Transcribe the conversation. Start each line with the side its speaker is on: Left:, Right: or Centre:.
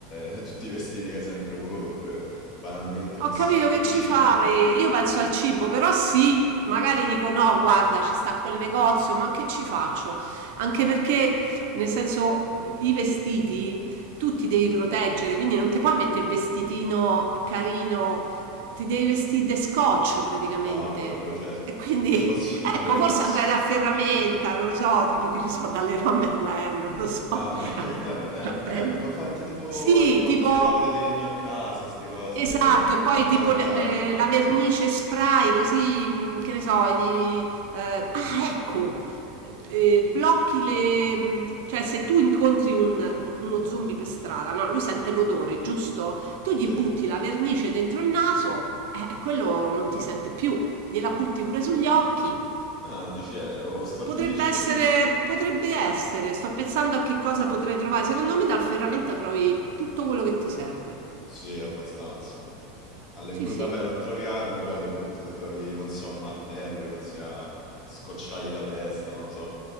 Left: pure <laughs> tutti i vestiti che hai sempre voluto, oppure banalmente
Right: Ho
Left: un
Right: capito
Left: sacco
Right: che
Left: di
Right: ci
Left: cibo.
Right: fai? Io penso al cibo, però sì, magari dico no, guarda, ci sta quel negozio, ma che ci faccio? Anche perché, nel senso, i vestiti tu ti devi proteggere, quindi non ti puoi mettere il vestitino carino, eh, ti devi vestire da scotch praticamente.
Left: No, vabbè, quello certo.
Right: E quindi,
Left: Però ti posso dire
Right: <laughs>
Left: pure
Right: ecco, forse
Left: s
Right: andare da Ferramenta, non lo so, tipo che ne so, dalle Leroy Merlin, non lo so.
Left: Ah, <laughs> vabbè,
Right: <laughs> Prende.
Left: eh, eh, poi fate tipo,
Right: Sì,
Left: eh, ti porti
Right: tipo.
Left: le tavole di legno a casa, ste cose,
Right: Esatto,
Left: per
Right: e poi
Left: fa barricate.
Right: tipo le- le- la vernice spray, così, mh, che ne so, gli... eh, ah, ecco, eh, eh, blocchi le... mh, cioè se tu incontri un- un- uno zombie per strada, no? Lui sente l'odore, giusto? Tu gli
Left: Sì.
Right: butti la vernice dentro il naso, eh, quello non ti sente più, gliela butti pure sugli occhi.
Left: Ah, dici, eh, o stordisci.
Right: Potrebbe essere, potrebbe essere, sto pensando a che cosa potrei trovare. Secondo me dal ferramenta trovi tutto quello che ti serve.
Left: Sì, abbastanza. Alle
Right: Sì,
Left: brutte,
Right: sì.
Left: vabbè, non trovi armi, però alle brutte ti trovi, non so, un martello, inizi a scocciargli la testa, non lo so.